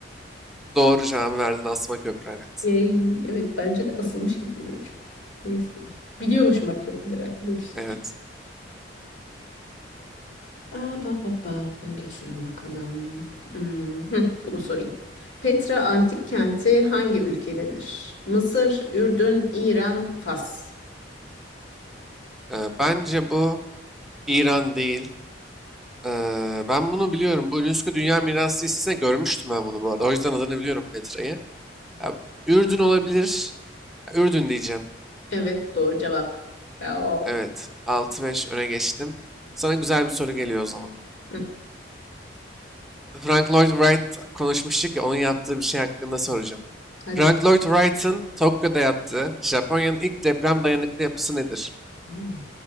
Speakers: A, in the centre; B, on the left.
A: Doğru cevabı verdin asma köprü evet.
B: Yay. Evet bence de asılmış gibi duruyor çünkü. Neyse. Biliyormuşum bak köprüler hakkında bir şey.
A: Evet.
B: Aa, ba, ba, ba. Bunu geçiyorum bakalım. Hmm, hıh, bunu sorayım. Petra antik kenti hangi ülkededir? Mısır, Ürdün, İran, Fas.
A: Ee, bence bu İran değil. Ee, ben bunu biliyorum. Bu UNESCO Dünya Mirası listesinde görmüştüm ben bunu bu arada. O yüzden adını biliyorum Petra'yı. Ya, Ürdün olabilir. Ya, Ürdün diyeceğim.
B: Evet, doğru cevap. Bravo.
A: Evet. altı beş öne geçtim. Sana güzel bir soru geliyor o zaman.
B: Hı,
A: Frank Lloyd Wright konuşmuştuk ya onun yaptığı bir şey hakkında soracağım.
B: hadi
A: Frank
B: bak.
A: Lloyd Wright'ın Tokyo'da yaptığı Japonya'nın ilk deprem dayanıklı yapısı nedir?
B: Hmm.